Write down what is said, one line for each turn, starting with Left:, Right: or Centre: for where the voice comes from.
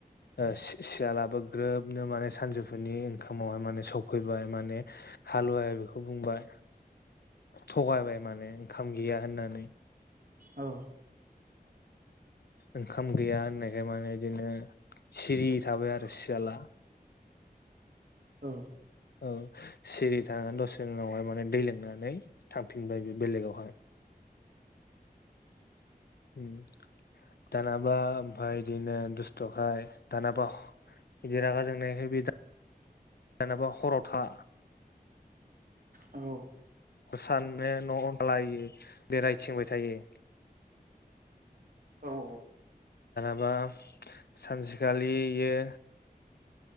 Left: ओ सि सि सियालाबो ग्रोबनो माने सानजौफोरनि ओंखामावहाय माने सौफैबाय माने हालुवाया बेखौ बुंबाय थगायबाय माने ओंखाम गैया होननानै।
Right: औ।
Left: ओंखाम गैया होननायखाय माने बिदिनो सिरि थाबाय आरो सियाला।
Right: औ।
Left: ओं सिरि थानानै दसे उनावहाय माने दै लोंनानै थांफिनबाय बे बेलेगावहाय
Right: <unintelligible>
Left: उम्म दानाबा ओमफफ्राय बिदिनो दुस्थ'खाय दानाबा बिदि रागा जोंनाय खाय बि दा दानाबा हराव था
Right: औ।
Left: साननो <unintelligible> बेरायथिंबाय थायो।
Right: औ औ।
Left: <unintelligible> सानसेखालि इयो